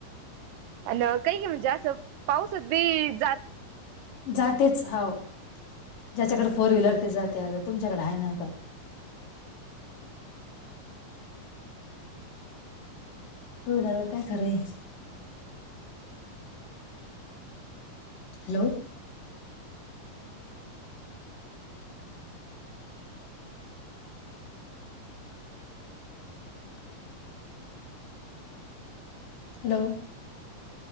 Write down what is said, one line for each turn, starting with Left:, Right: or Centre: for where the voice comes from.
Right: अन् काही गे म्हणजे असं पाऊसत बी जात
Left: जातेच हाव, ज्याच्याकडे फोर व्हीलर ते जाते. अगं तुमच्याकडे हाय ना आता. <unintelligible> हॅलो. हॅलो.